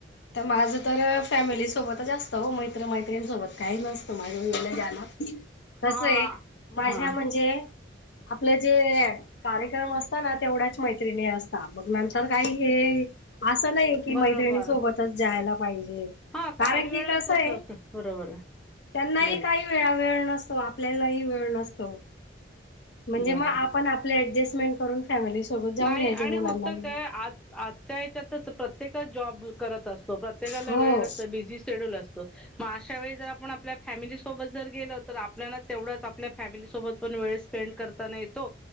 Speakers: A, on the left (about 65°); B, in the centre.
A: तर माझ तर फॅमिली सोबतच जास्त हो मैत्र मैत्रिणीसोबत काही नसत माझ्या वेळेला द्याल कस
B: हा
A: आहे माझ्या
B: हा
A: म्हणजे आपल जे कार्यक्रम असतात ना तेवढ्याच मैत्रीनी असतात नंतर काही हे अस नाही की
B: बरोबर
A: मैत्रिणी सोबत जायला पाहिजे की
B: हा काही
A: कारण
B: वेळाच
A: की कसय
B: असं असतं बरोबर
A: त्यांना
B: बोल
A: ही काही किती वेळा वेळ नसतो, आपल्याला वेळ नसतो म्हणजे
B: बरोबर
A: मग आपण आपल ऍडजस्टमेंट करून फॅमिली सोबत जाऊन
B: नाही
A: यायचे
B: आणि
A: मुलांना
B: होतं
A: घेऊन.
B: काय आज आजच्या याच्यात प्रत्येकच जॉब करत असतो प्रत्येकाला
A: हो
B: वेळ नसतो बिझी शेड्यूल असत. मग अशा वेळी जर आपण आपल्या फॅमिली सोबत जर गेलो तर आपल्याला तेवढच आपल्या फॅमिली सोबत पण वेळ स्पेंड करताना येतो.